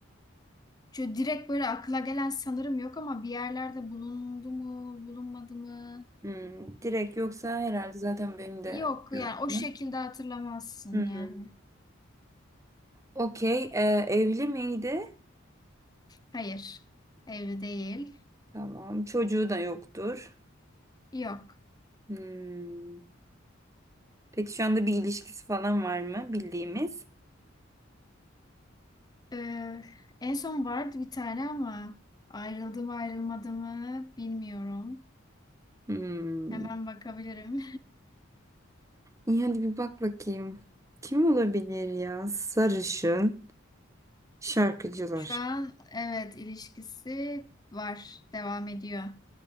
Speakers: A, on the left; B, on the right.
A: Şöyle direkt böyle akla gelen sanırım yok ama bir yerlerde bulundu mu, bulunmadı mı?
B: Hmm, direkt yoksa herhalde zaten benim de
A: Yok
B: şey
A: yani
B: yaptım.
A: o şekilde hatırlamazsın
B: Hmm.
A: yani.
B: Okey. Ee, evli miydi?
A: Hayır. Evli değil.
B: Tamam. Çocuğu da yoktur.
A: Yok.
B: Hmm. Peki şu anda bir ilişkisi falan var mı bildiğimiz?
A: Ee, en son vardı bir tane ama ayrıldı mı ayrılmadı mı bilmiyorum.
B: Hmm.
A: Hemen bakabilirim.
B: İyi hadi bir bak bakayım. Kim olabilir ya? Sarışın şarkıcılar.
A: <laughs> Şu an evet ilişkisi var, devam ediyor.